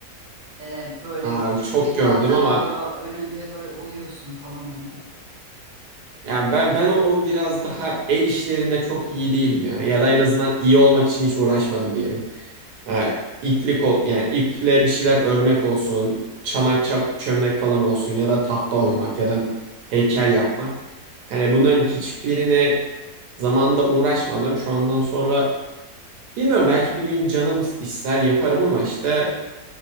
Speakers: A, on the right; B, on the right.
A: E, böyle
B: Aa,
A: küçük
B: çok
A: bir
B: gördüm
A: tahtan
B: ama
A: oluyor önünde böyle oyuyorsun falan onu.
B: ya ben ben o, o biraz daha el işlerinde çok iyi değilim ya. Ya da en azından iyi olmak için hiç uğraşmadım diyelim. Yani iplik ol yani iple bir şeyler örmek olsun, çanak çap- çömlek falan olsun ya da tahta oymak ya da heykel yapmak. Hani bunların hiçbirine zamanında uğraşmadım. Şu andan sonra bilmiyorum belki bir gün canım ister yaparım ama işte